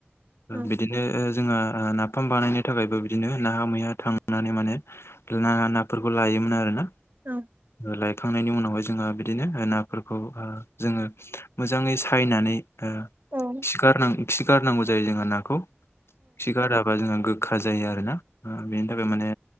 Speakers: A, on the right; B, on the left.
A: औ
B: बिदिनो जोंहा नाफाम बानायनो थाखायबो। बिदिनो नाहा मैहा थांनानै माने नाङा नाफोरखौ लायोमोन आरोना।
A: औ
B: लायखांनायनि उनावहाय जोंहा बिदिनो नाफोरखौ जोङो मोजाङै सायनानै। ओ
A: औ
B: खि गारनां खि गारनांगौ जायो जोंहा नाखौ खि गाराब्ला जोंहा गोखा जायो आरो। आरोना बेनि थाखाय माने